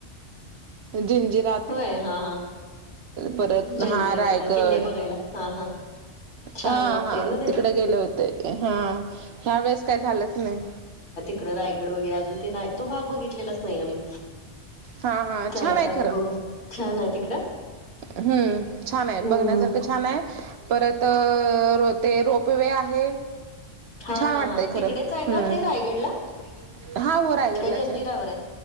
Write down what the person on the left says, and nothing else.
होय हा हा
जंजिरा
किल्ला किल्ले बघायला हा हा छान
वाटते
ना ते
इड रायगड वगैरे अजून ते नाही तो भाग बघितलेलाच नाही आम्ही
जायचं
आता
बघू छान आहे तिकडं
हम्म
हम्म
हा
हा
हा तिकडेच
आहे
का ते रायगडला
काय जंजिरावर